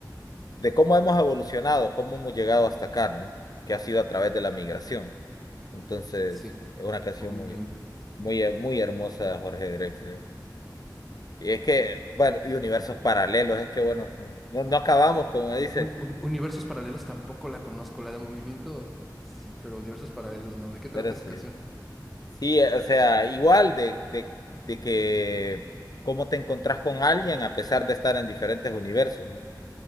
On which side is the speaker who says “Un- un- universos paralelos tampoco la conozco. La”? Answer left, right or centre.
Centre